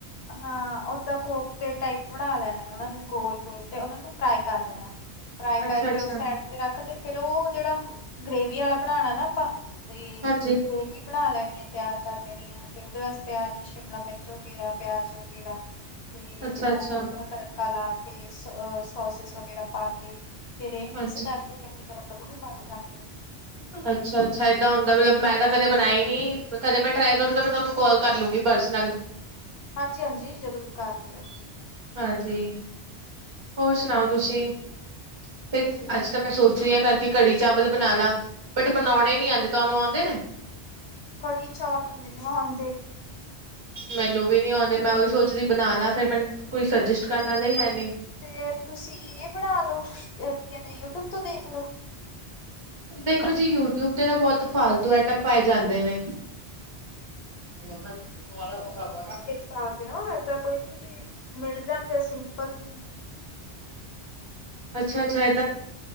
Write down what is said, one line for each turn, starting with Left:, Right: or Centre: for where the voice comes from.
Left: ਹਾਂ, ਓਦਾਂ ਕੋਪਤੇ ਟਾਈਪ ਬਣਾ ਲੈਣਾ ਉਹਨਾ ਨੂੰ ਗੋਲ ਗੋਲ ਤੇ ਉਹਨਾਂ ਨੂੰ ਫਰਾਈ ਕਰ ਲੈਣਾ। ਫਰਾਈ
Right: ਅੱਛਾ,
Left: ਕਰਕੇ
Right: ਅੱਛਾ,
Left: ਉਹ ਸਾਈਡ ਤੇ ਰੱਖ ਤੇ ਫੇਰ ਉਹ ਜਿਹੜਾ ਗ੍ਰੇਵੀ ਆਲਾ ਬਣਾਉਣਾ ਨਾ ਆਪਾਂ। ਤੇ
Right: ਹਾਂਜੀ,
Left: ਗ੍ਰੇਵੀ ਬਣਾ ਲੈਣੀ ਐ ਤਿਆਰ ਕਰ ਲੈਣੀ ਆ ਅਤੇ ਉਹਦੇ ਵਾਸਤੇ ਆ ਹੀ ਸ਼ਿਮਲਾ ਮਿਰਚ ਵਗੈਰਾ। ਪਿਆਜ ਵਗੈਰਾ ਤੇ
Right: ਅੱਛਾ,
Left: ਉਹਦਾ
Right: ਅੱਛਾ,
Left: ਤੜ ਕਾ ਲਾ ਕੇ ਸ ਸੋਸਿਸ ਵਗੈਰਾ ਪਾ ਕੇ ਫੇਰ ਇਹ ਮਿਕਸ
Right: ਹਾਂਜੀ।
Left: ਕਰਕੇ। ਚੰਗੀ ਤਰ੍ਹਾਂ <unintelligible> ਜਾਂਦੇ ਆ
Right: ਅੱਛਾ ਅੱਛਾ, ਏਦਾਂ ਹੁੰਦਾ ਮਤਲਬ ਮੈਂ ਤਾਂ ਕਦੇ ਬਣਾਈ ਨੀ। ਕਦੇ ਮੈਂ ਟਰਾਈ ਕਰੂੰ ਤਾਂ ਮੈਂ ਤੁਹਾਨੂੰ ਕਾਲ ਕਰ ਲੂੰਗੀ ਪਰਸਨਲ।
Left: ਹਾਂਜੀ-ਹਾਂਜੀ, ਜ਼ਰੂਰ ਕਰ ਲਓ।
Right: ਹਾਂਜੀ, ਹੋਰ ਸੁਣਾਓ ਤੁਸੀਂ ਫਿਰ
Left: ਤੁਸੀਂ ਦੱਸੋ
Right: ਅੱਜ ਤਾਂ ਮੈਂ ਸੋਚ ਰਹੀ ਹਾਂ ਕਰਕੇ। ਕੜੀ ਚਾਵਲ ਬਣਾ ਲਾ ਬਟ ਬਣਾਉਣੇ ਨੀ ਆਉਂਦੇ ਤੁਹਾਨੂੰ ਆਉਂਦੇ ਨੇ।
Left: ਕੜੀ ਚੌਲ ਨੀ ਮੈਨੂੰ ਆਉਂਦੇ।
Right: ਮੈਨੂੰ ਵੀ ਨਹੀਂ ਆਉਂਦੇ ਮੈਂ ਉਹੀ ਸੋਚਦੀ ਬਣਾ ਲਾ ਫੇਰ ਮੈਨੂੰ ਕੋਈ ਸੂਜੈਸਟ
Left: ਤੇ
Right: ਕਰਨ ਆਲਾ ਹੀ ਹੈਨੀ।
Left: ਫੇਰ ਤੁਸੀਂ ਇਹ ਬਣਾ ਲੋ ਕੀ ਕਹਿੰਦੇ ਯੂਟਿਊਬ ਤੋਂ ਦੇਖ ਲੋ।
Right: ਦੇਖੋ ਜੀ ਯੂਟਿਊਬ ਤੇ ਨਾ ਬੋਤ ਫਾਲਤੂ ਆਈਟਮ ਪਾਏ ਜਾਂਦੇ ਨੇ। <unintelligible>
Left: ਪਾ ਦਿਓ ਏਦਾਂ ਕੋਈ ਨੀ ਵੀ, ਮਿਲ ਜਾਂਦੇ ਆ ਸਿੰਪਲ ਵੀ।
Right: <inaudible> ਯੂਟੀਊਬ